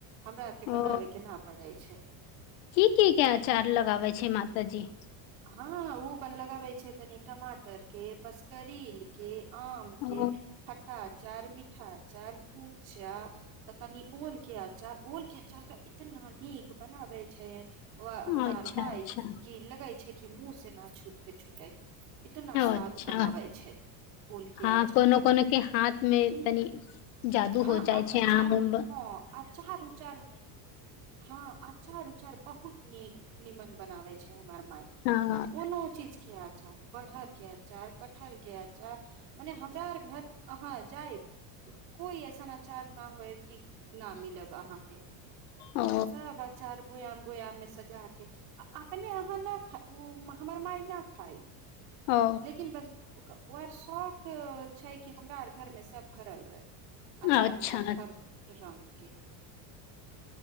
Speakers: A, on the right (about 80°); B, on the left (about 80°).
A: हमरा आर के बनाबे
B: ओ
A: के न छै
B: की की क अचार लगाबै छै हे माता जी
A: हँ ओ बन लगाबै छै तनी टमाटर के बसकरील के आम
B: ओ
A: के खटा चार मिठा अचार पूचा तऽ तनि ओल के अचार ओल के अचार तऽ इतना नीक बनाबे छै ओ हमार
B: अच्छा
A: मााय
B: अच्छा
A: की लगै छै कि मुँह से न छूटते छुटइ इतना स्वाद
B: अच्छा
A: बनाबै छै ओल के
B: हँ
A: अचार
B: कोनो कोनो के हाथ मे
A: हु
B: तनी जादू
A: हँ
B: हो जाइ
A: अचार
B: छै आम उम
A: हँ अचार उचार हँ अचार उचार बहुत नीक निमन बनावै छै हमार माय
B: हँ
A: कोनो चीज के अचार बढ़हर के आचार कटहल के आचार मने हमरा आर घर अहाँ जायब तऽ कोइ ऐसन अचार न होई की न मिलब अहाँ
B: ओ
A: सब आचार बोयाम बोयाम मे सजा के आ अप ने अहाँ नऽ खा ओ हमर मााय न खाय
B: ओ
A: लेकिन बस ओअर शौक छै कि हमरा आर घरमे सब भरल रहै अचार
B: अच्छा
A: उचार हर रंग के